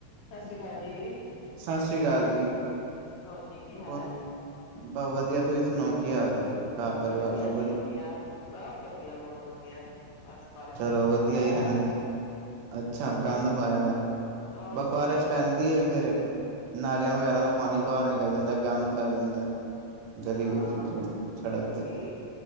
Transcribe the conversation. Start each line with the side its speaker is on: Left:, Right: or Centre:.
Left: ਸਤਿ ਸ੍ਰੀ ਅਕਾਲ ਜੀ,
Right: ਸਤਿ ਸ੍ਰੀ ਅਕਾਲ ਜੀ।
Left: ਹੋਰ ਜੀ ਕੀ ਹਾਲ
Right: ਹੋਰ
Left: ਹੈ।
Right: ਬਸ ਵਧੀਆ ਤੁਸੀਂ ਸੁਣਾਓ ਕੀ ਹਾਲ ਚਾਲ। ਘਰ ਪਰਿਵਾਰ
Left: ਵਧੀਆ
Right: ਸਭ
Left: ਜੀ ਵਧੀਆ, ਸਭ ਵਧੀਆ, ਬਹੁਤ ਵਧੀਆ। ਬਸ ਬਾਰਿਸ਼
Right: ਚਲੋ
Left: ਨੇ ਗੰਦ
Right: ਵਧੀਆ
Left: ਪਾਇਆ
Right: ਹੀ ਰਹਿੰਦੇ।
Left: ਹੋਇਆ।
Right: ਅੱਛਾ ਗੰਦ ਪਾਇਆ ਦਾ
Left: ਔਰ
Right: ਬਸ
Left: ਸਫ਼ਾਈ
Right: ਬਾਰਿਸ਼
Left: ਕਰ
Right: ਪੈਂਦੀ ਹੈ ਫੇਰ। ਨਾਲੀਆਂ ਵਗੈਰਾ ਦਾ ਪਾਣੀ ਬਾਹਰ ਨਿਕਲ ਜਾਂਦਾ, ਗੰਦ ਪੈ ਜਾਂਦਾ। ਗਲੀ
Left: ਹਾਂ
Right: ਵਿੱਚ ਜਿਵੇਂ ਸੜਕ
Left: ਗਲੀ
Right: ਤੇ